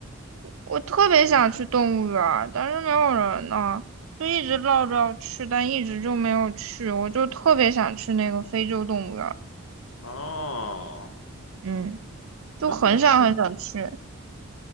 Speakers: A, on the right (about 75°); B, on the left (about 80°).
A: 我特别想去动物园儿，
B: 跟我，
A: 但是没有人呢，就一直闹着要去，但一直就没有去。我就特别想去那个非洲动物园儿，
B: 哦，
A: 嗯，就很想很想去。
B: 先跟我说。